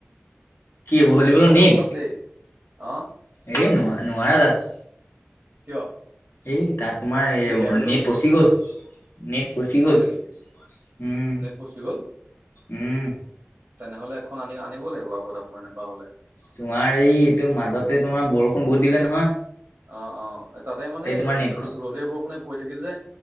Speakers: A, on the left; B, on the right.
A: কি ভলীবলৰ
B: নেটখন
A: নেট
B: দেখোন আছেই আহ।
A: এই নোৱাৰা নোৱাৰা তাত।
B: কিয়?
A: এই তাত তোমাৰ
B: কি বেয়া হৈ গ'ল
A: নেট
B: নেকি
A: পচি
B: পিছখন
A: গ'ল নেট ফচি
B: হয়
A: গ'ল।
B: নেকি
A: উম',
B: নেট পচি গ'ল
A: উম '
B: তেনেহলে এখন আনি আনিব লাগিব আকৌ দেখোন এনেকুৱা হ'লে।
A: নোৱাৰি এই এইটো মাজতে
B: উম।
A: তোমাৰ বৰষুণ বহুত দিলে নহয়।
B: অ', অ' তাতে মানে ৰ'দ
A: তোমাৰ নেটখন
B: - ৰ'দে বৰষুণে পৰি থাকিল যে